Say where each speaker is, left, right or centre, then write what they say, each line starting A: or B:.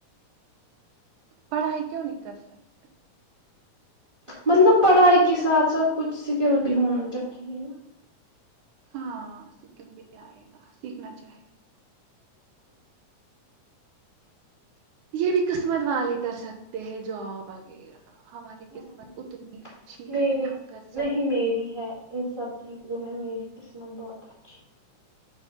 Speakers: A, on the right; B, on the right.
A: پڑھائی کیوں نہیں کر سک
B: مطلب پڑھائی کے ساتھ ساتھ کچھ اسکل بھی ہونا چاہیے نا
A: ہاں سکل بھی آئے گا سیکھنا چاہے یہ بھی قسمت والے کر سکتے ہیں جاب وغیرہ ہماری
B: ہاں
A: قسمت اتنی اچھی
B: میری
A: ہے ہم کر سکتے
B: نہیں میری ہے ان سب چیزوں میں میری قسمت بہت اچھی